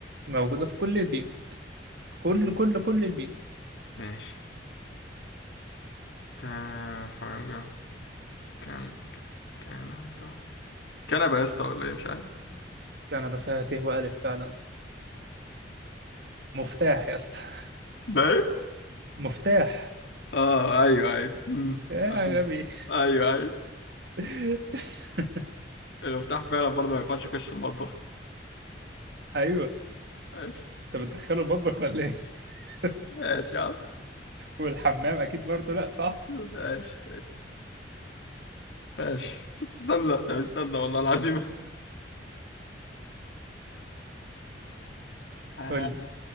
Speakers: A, on the right (about 65°); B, on the left (about 70°).
A: موجودة في كل البيوت كل كل كل البيوت
B: ماشي تا حاجة كان كان كنبة كنبة يا اسطى ولا ايه مش عارف
A: كنبة فيها ت وألف فعلا مفتاح يا اسطى <laughs>
B: ده ايه؟
A: مفتاح
B: اه ايوه ايوه مم.
A: يا غبي
B: ايوه ايوه
A: <laughs>
B: المفتاح فعلا برضه ما ينفعش يخش المطبخ
A: ايوه
B: ماشي
A: انت بتدخله المطبخ ولا ايه <laughs>
B: ماشي يا عم
A: والحمام اكيد برضه لا صح
B: ماشي ماشي طب استنى طب استنى والله العظيم <laughs> آه،
A: قول لي